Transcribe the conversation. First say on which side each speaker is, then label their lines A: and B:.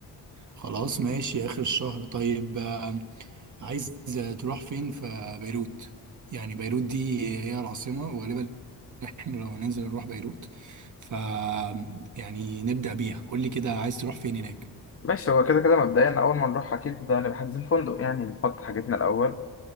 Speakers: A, on the right; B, on the left.
A: خلاص ماشي اخر الشهر طيب آه، عايز تروح فين في بيروت يعني بيروت دي هي العاصمه وغالبا احنا لو هننزل نروح بيروت ف يعني نبدا بيها قول لي كده عايز تروح فين هناك
B: ماشي هو كده كده مبدئيا اول ما نروح اكيد هنبقى حاجزين فندق يعني نحط حاجتنا الاول